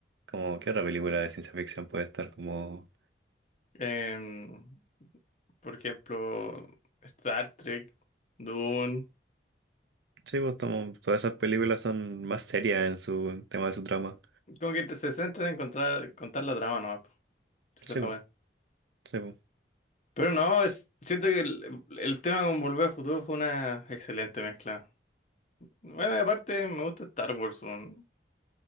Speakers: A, on the right; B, on the left.
A: Como, ¿qué otra película de ciencia ficción puede estar como...?
B: Em, por ejemplo, Star Trek, Dune,
A: Sí, pues, como todas esas películas son más serias en su en tema de su trama.
B: como que se centran en encontrar, contar la trama, ¿no? Esa
A: Sí,
B: es la
A: pues,
B: weá.
A: sí, pues.
B: Pero no, es- siento que el, el tema con Volver al Futuro fue una excelente mezcla. Bueno, y aparte me gusta Star Wars, weón.